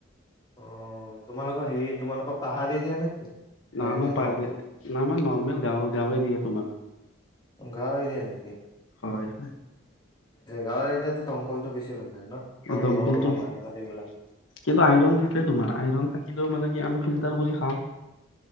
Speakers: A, on the left; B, on the left.
A: অ'। তোমালোকৰে হেৰি তোমালোকৰ পাহাৰ এৰিয়া নেকি? নাই
B: না আমাৰ
A: নাই নৰ্মেল
B: প ন আমাৰ নৰ্মেল গাঁৱৰ গাঁৱ এৰিয়া তোমাৰ।
A: গাওঁ এৰিয়া নেকি?
B: হয় হয়।
A: গাঁও এৰিয়াতো দমকলটো বেছি ভাল লাগে। ন দলঘৰৰ
B: দমকলটো,
A: পৰা মাৰি
B: কিবা
A: মাৰি ওলা
B: আইৰন থাকে তোমাৰ আইৰন থাকে? ক মানে কি আমি ফিল্টাৰ কৰি খাওঁ।